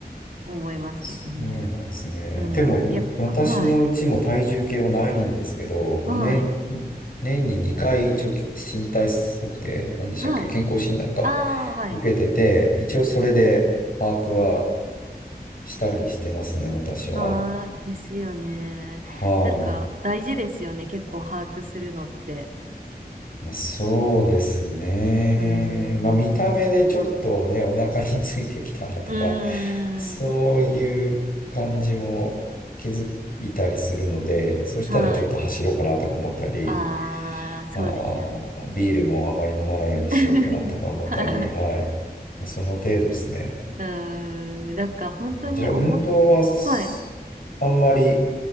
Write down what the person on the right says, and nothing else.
思いますけどね。
うん、
やっぱ、
はい、
はい、
はい。
ああ、はい。
ああ、ですよね。
なんか、大事ですよね。結構把握するのって。
うーん。
<laughs> うーん。
はい。ああ、そうですよね。
<laughs> はい。
うーん。なんか本当に思っ、
はい。